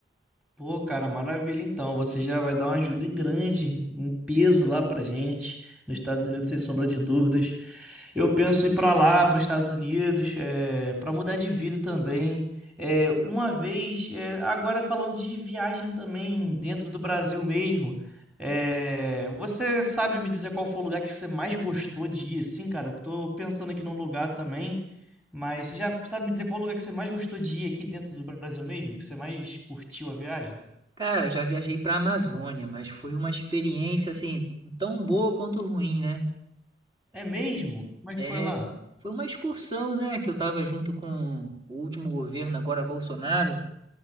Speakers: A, in the centre; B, on the right.
A: Pô, cara, maravilha. Então, você já vai dar uma ajuda grande, um peso lá pra gente, nos Estados Unidos, sem sombra de dúvidas. Eu penso ir pra lá, para os Estados Unidos, é, para mudar de vida também. É, uma vez, é, agora falando de viagem também, dentro do Brasil mesmo, é, você sabe me dizer qual foi o lugar que você mais gostou de ir? Sim, cara, tô pensando aqui num lugar também. Mas você já sabe me dizer qual lugar que você mais gostou de ir aqui dentro do Brasil mesmo? Que você mais curtiu a viagem?
B: Cara, eu já viajei pra Amazônia, mas foi uma experiência, assim, tão boa quanto ruim, né?
A: É mesmo? Como é
B: É,
A: que foi lá?
B: fo- foi uma excursão, né, que eu tava junto com o último governo, agora Bolsonaro.